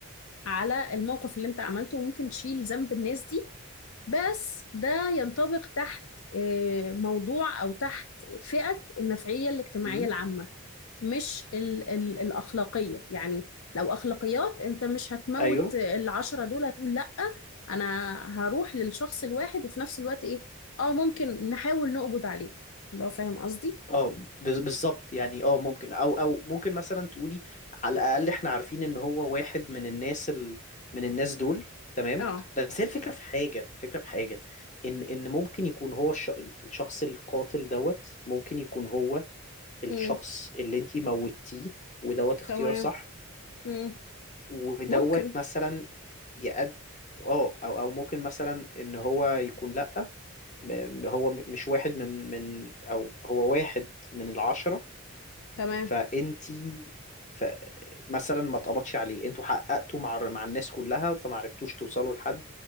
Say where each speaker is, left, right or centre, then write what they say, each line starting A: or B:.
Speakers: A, on the left; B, on the left.
A: على الموقف اللي انت عملته وممكن تشيل ذنب الناس دي بس ده ينطبق تحت آه، موضوع او تحت فئة النفعية الاجتماعية
B: مم.
A: العامة مش ال ال الأخلاقية يعني لو أخلاقيات أنت مش هتموت
B: أيوه
A: العشرة دول هتقول لأ أنا هروح للشخص الواحد وفي نفس الوقت إيه آه ممكن نحاول نقبض عليه لو فاهم قصدي
B: اه بز- بالظبط يعني اه ممكن او او ممكن مثلا تقولي على الاقل احنا عارفين ان هو واحد من الناس ال... من الناس دول تمام
A: آه
B: بس هي الفكره في حاجه الفكره في حاجه ان ان ممكن يكون هو الش... الشخص القاتل دوت ممكن يكون هو الشخص
A: مم.
B: اللي انتي موتيه ودوت اختيار
A: تمام
B: صح
A: مم.
B: ودوت
A: ممكن
B: مثلا يقد اه او او ممكن مثلا ان هو يكون لا م- هو م- مش واحد من من او هو واحد من العشرة
A: تمام
B: فانتي ف... مثلا ما اتقبضش عليه انتوا حققتوا مع مع الناس كلها فما عرفتوش توصلوا لحد